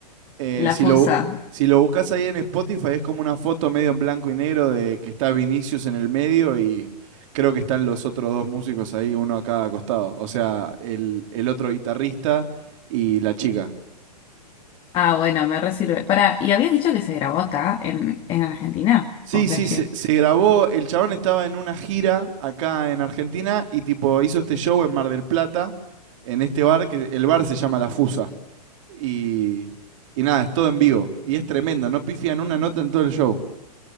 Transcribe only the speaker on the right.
Eh,
si,
lo, si lo buscas ahí en Spotify es como una foto medio en blanco y negro de que está Vinicius en el medio y creo que están los otros dos músicos ahí, uno a cada costado. O sea, el, el otro guitarrista y la chica.
Sí,
sí, se, se grabó. El chabón estaba en una gira acá en Argentina y tipo hizo este show en Mar del Plata, en este bar, que el bar se llama La Fusa. Y, y nada, es todo en vivo. Y es tremendo, no pifian una nota en todo el show.